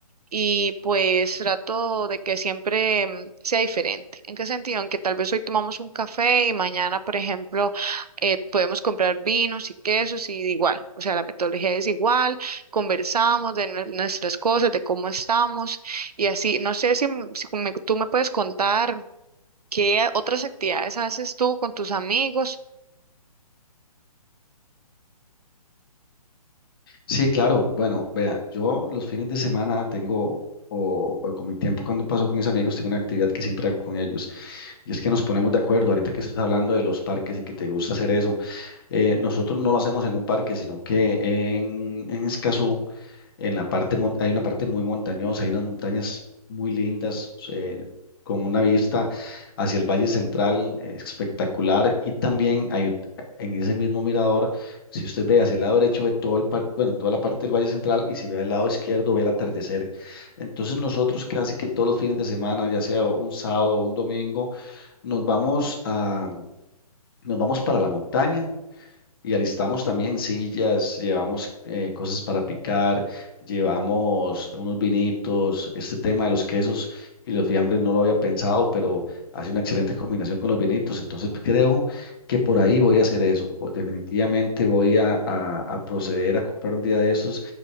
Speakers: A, on the right; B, on the left.
A: y pues trato de que siempre mm, sea diferente. ¿En qué sentido? En que tal vez hoy tomamos un café y mañana, por ejemplo, eh, podemos comprar vinos y quesos y igual, o sea, la metodología es igual, conversamos de nue- nuestras cosas, de cómo estamos y así. No sé si, m- si me- tú me puedes contar qué otras actividades haces tú con tus amigos.
B: Sí, claro. Bueno, vea, yo los fines de semana tengo, o, o con mi tiempo cuando paso con mis amigos, tengo una actividad que siempre hago con ellos. Y es que nos ponemos de acuerdo, ahorita que estás hablando de los parques y que te gusta hacer eso, eh, nosotros no lo hacemos en un parque, sino que en, en Escazú, en la parte, mon- hay una parte muy montañosa, hay unas montañas muy lindas, eh, con una vista hacia el Valle Central, eh, espectacular, y también hay, ot- en ese mismo mirador, si usted ve hacia el lado derecho, ve todo el par- bueno, toda la parte del Valle Central, y si ve al lado izquierdo, ve el atardecer. Entonces nosotros casi que todos los fines de semana, ya sea un sábado o un domingo, nos vamos a, nos vamos para la montaña y alistamos también sillas, llevamos eh, cosas para picar, llevamos unos vinitos. Este tema de los quesos y los fiambres no lo había pensado, pero hace una excelente combinación con los vinitos. Entonces creo que por ahí voy a hacer eso. Vo- Definitivamente voy a, a- a proceder a comprar un día de esos